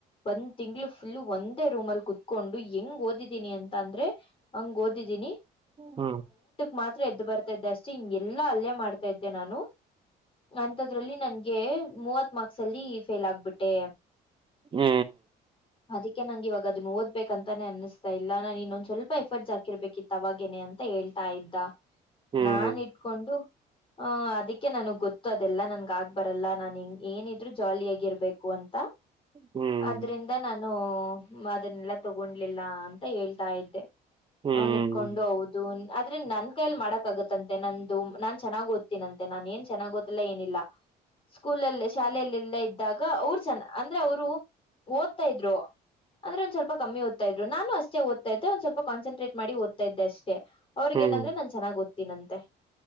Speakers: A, on the left; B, on the right.
A: ಒಂದ್ ತಿಂಗಳ ಫುಲ್ ಒಂದ ರೂಮ ಅಲ್ಲಿ ಕೂತ್ಕೊಂಡು ಹೆಂಗ್ ಓದಿದ್ದೀನಿ ಅಂತ ಅಂದ್ರೆ ಹಂಗ್ ಓದಿದ್ದೀನಿ‌
B: ಹ್ಮ
A: ಮಾತ್ರ ಎದ್ದು ಬರ್ತಾ ಇದ್ದೆ ಅಷ್ಟೇ ಹಿಂಗೆಲ್ಲಾ ಅಲ್ಲೆ ಮಾಡ್ತಾ ಇದ್ದೆ ನಾನು ಅಂತದ್ರಲ್ಲಿ ನನ್ಗೆ ಮೂವತ್ ಮಾರ್ಕ್ಸ್ ಅಲ್ಲಿ ಫೇಲ್ ಆಗ್ಬಿಟ್ಟೆ.
B: ಹ್ಮ್
A: ಅದಕ್ಕೆ ನಂಗೆ ಇವಗ ಅದನ್ನ ಓದಬೇಕ ಅಂತಾನೆ ಅನಿಸ್ತಾ ಇಲ್ಲ. ನಾನ್ ಇನ್ನೊಂದ ಸ್ವಲ್ಪ ಎಫರ್ಟ್ಸ್ ಹಾಕಿರ್ಬೇಕಿತ್ತು ಅವಾಗೇನೆ ಅಂತ ಅಂತ ಹೇಳ್ತಾ ಇದ್ದ
B: ಹ್ಮ್
A: ನಾನ್ ಇಟ್ಕೊಂಡು. ಹ ಅದಕ್ಕೆ ನನ್ಗ್ ಗೊತ್ತು ಅದೆಲ್ಲ ನನ್ಗ ಆಗ್ ಬರಲ್ಲ. ನಾನ್ ಇನ್ನು ಏನಿದ್ರು ಜಾಲಿಯ ಆಗಿ ಇರ್ಬೇಕು ಅಂತ
B: ಹ್ಮ್
A: ಆದ್ರಿಂದ ನಾನು ಅದನ್ನೆಲ್ಲ ತಗೊಂಡ್ಲಿಲ್ಲ ಅಂತ ಹೇಳ್ತಾ ಇದ್ದೆ.
B: ಹ್ಮ್
A: ಅವನ ಇಟ್ಕೊಂಡು
B: ಹ್ಮ್
A: ಹೌದು ಆದ್ರೆ ನನ್ ಕೈಯಲ್ಲಿ ಮಾಡಕ್ ಆಗತ್ತಂತೆ ನಂದು. ನಾನ್ ಚೆನ್ನಾಗ ಓದ್ತೀನಂತೆ ನಾನ್ ಏನ್ ಚೆನ್ನಾಗ ಓದಿಲ್ಲ ಏನಿಲ್ಲ. ಸ್ಕೂಲಲ್ಲಿ ಶಾಲೆಯಲ್ಲೆಲ್ಲ ಇದ್ದಾಗ ಅವರು ಚಂದ ಅಂದ್ರೆ ಅವರು- ಓದ್ತಾ ಇದ್ರು ಅಂದ್ರೆ ಒಂದ ಸ್ವಲ್ಪ ಕಮ್ಮಿ ಓದುತ ಇದ್ದರು. ನಾನು ಅಷ್ಟೇ ಓದ್ತ ಇದ್ದೆ ಒಂದು ಸ್ವಲ್ಪ ಕಮ್ಮಿ ಸೀಕ್ರೆಟ್ ಮಾಡಿ ಓದತ ಇದ್ದ ಅಷ್ಟೇ, ಅವ್ರಿ
B: ಹ್ಮ್
A: ಗ ಏನಂದ್ರೆ ನಾನ್ ಚೆನ್ನಾಗ್ ಓದ್ತಿನಂತೆ.